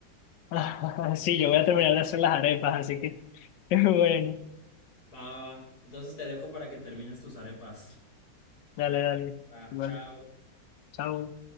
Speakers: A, on the left; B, on the left.
A: <laughs> Sí, yo voy a terminar de hacer las arepas, así que <laughs> bueno,
B: Va, va, va. Entonces te dejo para que termines tus arepas.
A: dale, dale.
B: Va,
A: Igual,
B: chao.
A: chao.